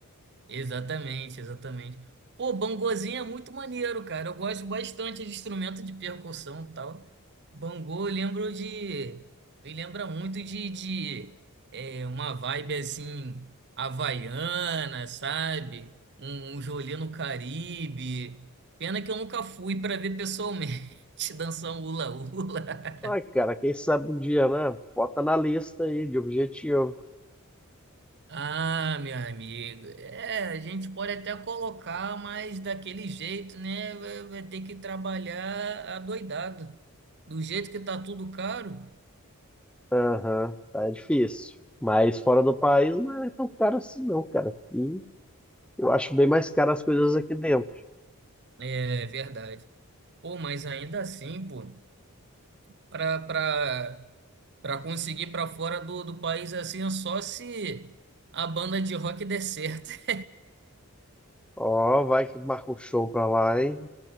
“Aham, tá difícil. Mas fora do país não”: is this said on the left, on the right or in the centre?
Centre